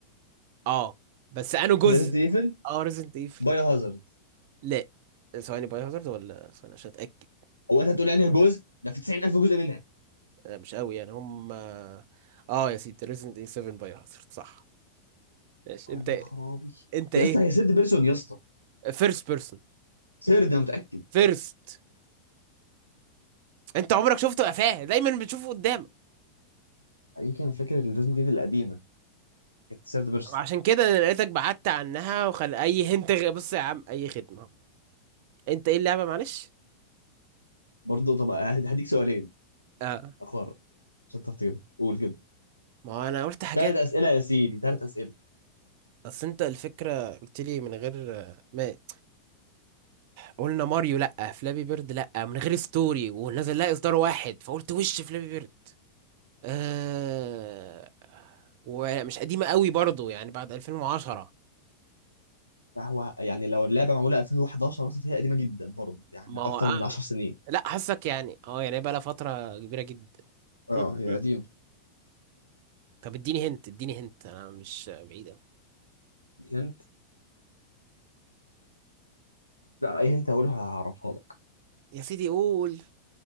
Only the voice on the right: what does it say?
اه بس انه جزء
اه ريزنت ايفل
لا ثواني باي هازارد ولا ثواني عشان اتاكد
أنا مش قوي يعني هم اه يا سيدي ريزنت ايفل 7 باي هازارد صح ماشي
انت
انت ايه
فيرست بيرسون
فيرست انت عمرك شفته قفاه دايما بتشوفه قدامك
عشان كده انا لقيتك بعدت عنها وخل اي هنت غ... بص يا عم اي خدمه اهو. انت ايه اللعبه معلش
اه
ما هو انا قلت حاجات
بس انت الفكره قلت لي من غير ماشي قلنا ماريو لأ فلابي بيرد لأ من غير ستوري ونزل لها إصدار واحد فقلت وش فلابي بيرد آه... ومش قديمة قوي برضو يعني بعد 2010
ما هو
آه،
لأ حاسك يعني اه يعني بقى لها فترة كبيرة جدا
م-
م.
طب اديني هنت اديني هنت أنا مش بعيدة
يا سيدي قول